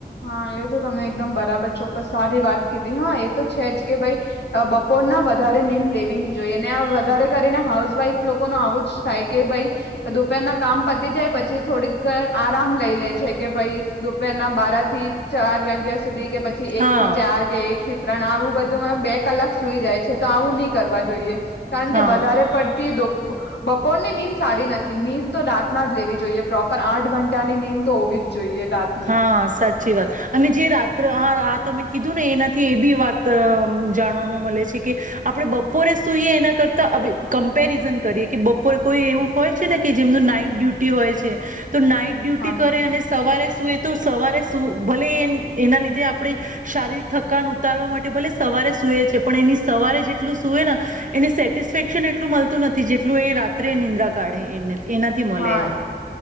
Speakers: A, on the left; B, on the right.
A: હા એ તો તમને એકદમ બરાબર ચોક્કસ સારી વાત કીધી હા એ તો છે જ કે ભાઈ બપોરના વધારે નીંદ લેવી નની જોઈએ અને આ વધારે કરીને હાઉસવાઈફ લોકો ન આવું જ થાય કે ભાઈ દુપેરના કામ પતી જાય પછી થોડીક ઘ આરામ લઈ લે છે કે ભઈ દુપેરના બારા થી ચાર વાગ્યા સ સુધી કે પછી એક
B: હા
A: થી ચાર કે એક થી ત્રણ આવું બધુંમાં બે કલાક સુઈ જાય છે તો આવું નહી કરવા જોઈએ. કારણ
B: હા
A: કે વધારે પડતી બપોરની નીંદ સારી નથી નીંદ તો રાતના જ લેવી જોઈએ પ્રોપર આઠ ઘંટાની નીંદ તો હોવી જ જોઈએ. રાતની
B: હા, સચ. સાચી વાત અને જે રાત્ર આ આ તમે કીધું ને એનાથી એ બી વાત જાણવાવામાં મળે છે કે આપડે બપોરે સુઈએ એના કરતા કમ્પેરિઝન કરીએ કે બપોરે કોઈ એવું હોય છે ને કે જેમનું નાઈટ ડ્યુટી હોય છે. તો નાઈટ ડ્યુટી
A: હા
B: કરે અને સવારે તો સવારે સુ ભલે એના લીધે આપડી શારીરિક થકાન ઉતારવા માટે ભલે સવારે સુૂએ છે પણ એની સવારે જેટલું સુૂય ને એને સેટિસ્ફેક્શન એટલું મળતું નથી જેટલું એ રાત્રે નિંદ્રા કાઢે એને. એનાથી મળે
A: હા
B: એમ.